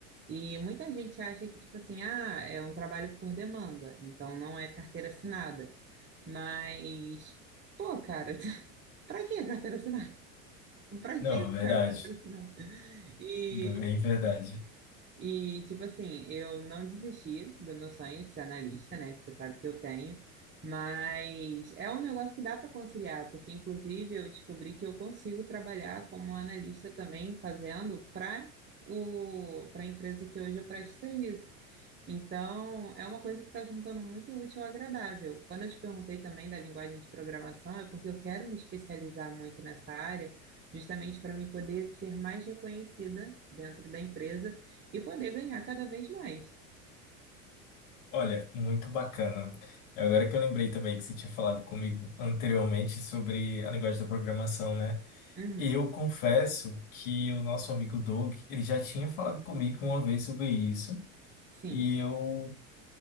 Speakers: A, on the right; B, on the left.
A: E muita gente acha que, tipo assim, ah, é um trabalho por demanda, então não é carteira assinada. Mas, pô, cara, <laughs> pra que carteira assinada? Pra
B: Não,
A: quê eu
B: é
A: quero
B: verdade.
A: patrocinado? E,
B: Bem verdade.
A: e, tipo assim, eu não desisti do meu sonho de ser analista, né? Que você sabe que eu tenho. Mas é um negócio que dá para conciliar, porque inclusive eu descobri que eu consigo trabalhar como analista também, fazendo para o para a empresa que hoje eu presto serviço. Então, é uma coisa que está juntando muito útil ao agradável. Quando eu te perguntei também da linguagem de programação, é porque eu quero me especializar muito nessa área, justamente para mim poder ser mais reconhecida dentro da empresa e poder ganhar cada vez mais.
B: Olha, muito bacana. Agora que eu lembrei também que você tinha falado comigo anteriormente sobre a linguagem da programação, né?
A: Uhum,
B: E eu confesso que o nosso amigo Doug, ele já tinha falado comigo uma vez sobre isso,
A: sim.
B: e eu